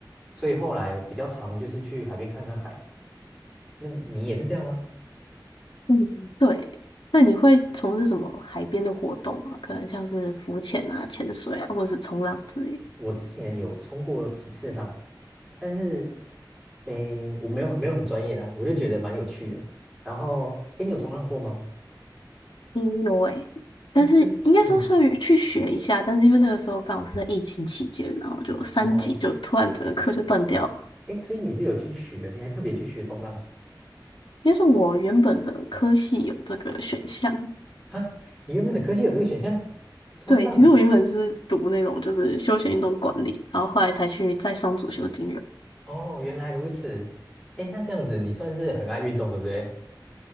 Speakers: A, in the centre; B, on the left.
A: 所以后来我比较常就是去海边看看海。那你也是这样吗？
B: 嗯，对。那你会从事什么海边的活动吗？可能像是浮潜啊、潜水啊，或者是冲浪之类的。
A: 我之前有冲过几次浪，但是诶，我没有没有很专业啊，我就觉得蛮有趣的。然后，诶，你有冲浪过吗？
B: 嗯，有诶、
A: 诶，
B: 但是应该说是去学一下，
A: 真，嗯，
B: 但是因为那个时候刚好是在疫情期间，然后就三级就突然整个课就断掉了。
A: 哦，诶，所以你是有去学，你还特别去学冲浪
B: 应该是我原本的科系有这个选项，
A: 哈？你原本的科系有这个选项，冲浪。
B: 对，其实我原本是读那种就是休闲运动管理，然后后来才去再上主修金融。
A: 哦，原来如此。诶，那这样子你算是很爱运动，对不对？